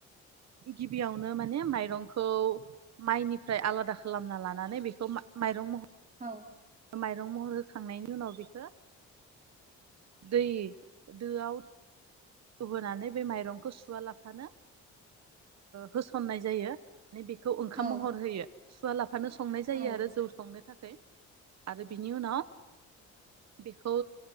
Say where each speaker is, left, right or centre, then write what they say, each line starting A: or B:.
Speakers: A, on the right; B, on the right.
A: गिबियावनो माने माइरंखौ माइनिफ्राय आलादा खालामना लानानै बेखौ माइरं महर
B: औ
A: माइरं महर होखांनायनि उनाव बेखौ दै दोआव रुहोनानै बे माइरंखौ सुवा लाफानो होसननाय जायो। माने बेखौ ओंखाम
B: औ
A: महर होयो। सुवाला फानो संनाय जायो
B: औ
A: आरो जौ संनो थाखाय आरो बिनि उनाव बेखौ